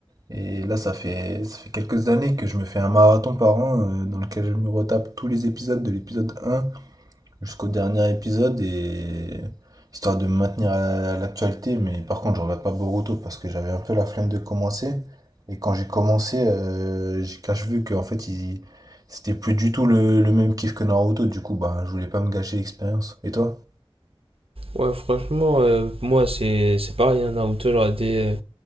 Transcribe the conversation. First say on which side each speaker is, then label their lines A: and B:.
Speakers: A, on the right (about 40°); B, on the right (about 85°).
A: et là, ça fait, ça fait quelques années que je me fais un marathon par an euh, dans lequel je me retape tous les épisodes de l'épisode un jusqu'au dernier épisode et histoire de me maintenir à à l'actualité. Mais par contre, je regarde pas Boruto parce que j'avais un peu la flemme de commencer. Et quand j'ai commencé, euh, j'ai cache vu qu'en fait, il... c'était plus du tout le, le même kiff que Naruto. Du coup, bah, je voulais pas me gâcher l'expérience. Et toi?
B: Ouais, franchement, euh, moi c'est c'est pareil, hein, Naruto, j'ai regardé euh,